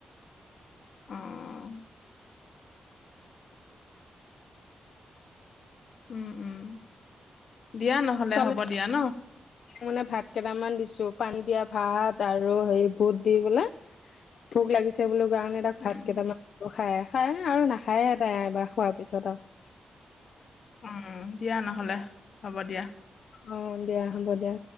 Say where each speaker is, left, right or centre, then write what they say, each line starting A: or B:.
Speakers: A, on the left (about 65°); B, on the left (about 80°).
A: অ'। উম উম। দিয়া নহ'লে
B: ছোৱালী
A: হ'ব দিয়া ন'।
B: মানে ভাত কেইটামান দিছোঁ। পানী দিয়া ভাত আৰু হে বুট দি বোলে ভোক লাগিছে বুলি কাৰণে
A: উম
B: ভাত কেইটামান খাই আহ। খাই আৰু নাখায়ে এ, তাই এবাৰ খোৱাৰ পিছত আৰু।
A: উম, দিয়া নহলে? হ'ব দিয়া
B: অ, দিয়া হ'ব দিয়া।